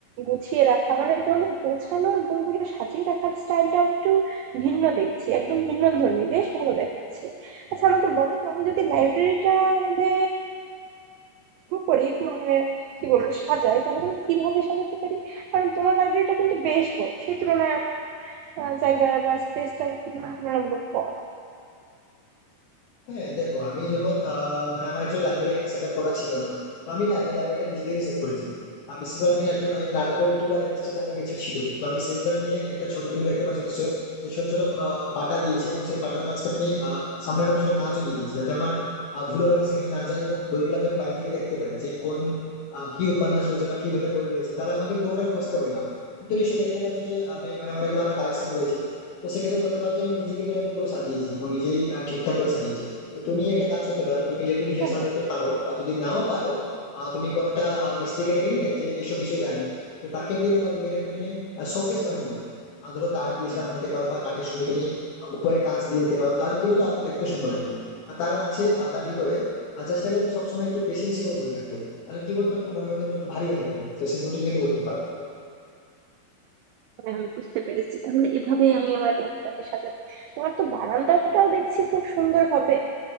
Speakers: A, on the right; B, on the left.
A: গুছিয়ে রাখা মানে তোমাদের গোছানোর বইগুলো সাজিয়ে রাখার স্টাইলটাও একটু ভিন্ন দেখছি একদম ভিন্ন ধর্মী বেশ ভালো দেখাচ্ছে আচ্ছা আমাকে বলো তো আমি যদি লাইব্রেরিটা মানে করি মানে কি বলবো সাজাই তাহলে আমি কিভাবে সাজাতে পারি কারণ তোমার লাইব্রেরিটা কিন্তু বেশ বড় সেই তুলনায় আমার আহ, জায়গা বা স্পেসটা একটু কিন্তু তুলনামূলক কম
B: হ্যাঁ দেখো আমি যখন আহ, মানে আমার একচুয়ালি লাইব্রেরি এখানে সেট আপ করা ছিল না তো আমি না এই লাইব্রেরিটা নিজে থেকে সেট করেছি আর বিশেষ করে আমি না একটু এই নাট বল্টু বা রেঞ্জ আমার কাছে ছিল তো আমি সেইগুলো নিয়ে একটা ছোট তুমি দেখতে পাচ্ছ নিশ্চয় যে ছোট ছোট আহ, পাটা দিয়েছি এবং সেই পাটার মাঝখানে আমি আহ, সামনে আমি ছোট কাঁচও দিয়ে দিয়েছি যাতে আমার আহ, ধুলো বলে সেখানে না যায় এবং বইগুলোকে আমি বাইরে থেকে দেখতে পারি যে কোন আহ, কি উপন্যাস রয়েছে বা কি ধরনের বই রয়েছে তাহলে আমাকে পুরোটা খুঁজতে হয় না তুমি তো নিশ্চয়ই দেখতে পাচ্ছ যে আমি মানে অনেকগুলো আমার কালেকশন রয়েছে তো সেক্ষেত্রে বলতে পারো যে আমি নিজে কিন্তু এটাকে পুরো সাজিয়েছি এবং নিজেই আহ, ঠিকঠাক করে সাজিয়েছি তো তুমি একটা কাজ করতে পারো তুমি যেহেতু নিজে
A: হ্যাঁ
B: সাজাতে পারো বা যদি নাও পারো আহ, তুমি কোনোটা আহ, মিস্ত্রিকে ডেকে নিলে যে এইসব বিষয় জানে তো তাকে দিয়ে তোমার রুমের একটা তুমি শোকেস বানিয়ে নিলে আর ধরো কাঠ দিয়ে সেটা বানাতে পারো বা কাঠের সঙ্গে তুমি আহ, উপরে কাঁচ দিয়ে দিতে পারো তাহলে কি বলতো আরো দেখতে সুন্দর লাগবে আর তার মাঝে আহ, তার ভিতরে আর চেষ্টা করবে সবসময় একটু বেশি বেশি করে বই রাখতো তাহলে কি বলতো একটু মনে হয় যেন একটু ভারী ভারী লাগে তো সেরকম তুমি কিন্তু করতে পারো
A: হ্যাঁ, আমি বুঝতে পেরেছি তাহলে এভাবেই আমি আমার রুমটাকে সাজাবো তোমার তো বারান্দাটাও দেখছি খুব সুন্দর ভাবে